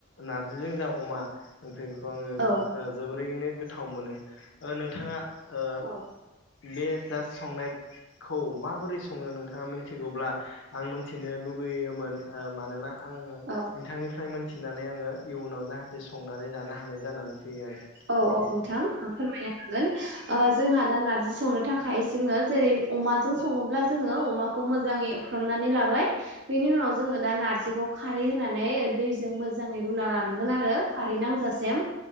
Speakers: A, on the left; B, on the right.
A: नार्जिजों जा अमा। ओमफ्राय बे खौ आङो
B: औ
A: जोबोरैनो गोथाव मोनो नोंथांङा ओ
B: औ
A: बे जास संनाय खौ माबोरै सङो नोंथाङा मिथिगौब्ला आं मिथिनो लुगैयोमोन मानोना आङो
B: औ
A: नोंथांनिफ्राय मोनथिनानै आङो इयुनाव जाहाथे संनानै जानो हानाय जानानै फैयो आरो
B: औ
A: बेनिखायनो
B: औ नोंथां फोरमायनो हागोन ओ जोंहा दा नारजि संनो थाखाय जोङो जेरै अमाजों सङोब्ला जोङो अमाखौ मोजां एउफ्रामनानै लाबाय बेनि उनाव जोङो दा नारजिखौ खारै होनानै दैजों मोजै रु होना लानांगोन आरो खारै नांजासेम।